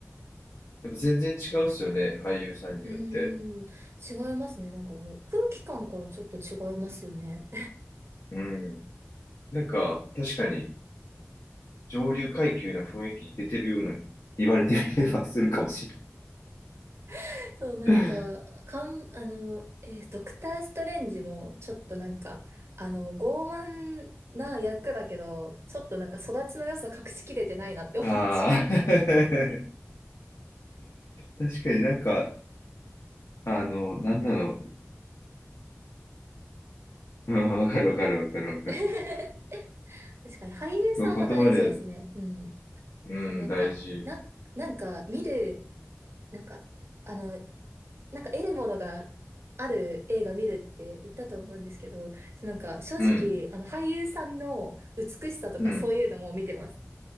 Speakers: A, on the left (about 75°); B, on the right (about 55°).
A: やっぱ全然違うっすよね、俳優さんによって。
B: <laughs> うーん、違いますね。なんかもう空気感からちょっと違いますよね。
A: うん。なんか、確かに、上流階級な雰囲気出てるような、言われてみればするかもしれ
B: <laughs> そう、なんか、
A: ない。
B: かん、あの、えードクター・ストレンジも、ちょっとなんか、あの、傲慢な役だけど、ちょっとなんか育ちの良さ隠しきれてないなって思っちゃう。
A: <laughs> ああ。<laughs> 確かになんか、あの、なんだろう。うん、わかるわかるわかるわかる。
B: <laughs> 確かに俳優さんは大事ですね。
A: 言葉では
B: うん。
A: うん、
B: そう、なんか、
A: 大事。
B: な、なんか見る、なんか、あの、なんか得るものがある映画見るって言ったと思うんですけど、そうなんか正直、
A: うん、
B: あの俳優さんの美しさとかそういうのも見てます。
A: うん。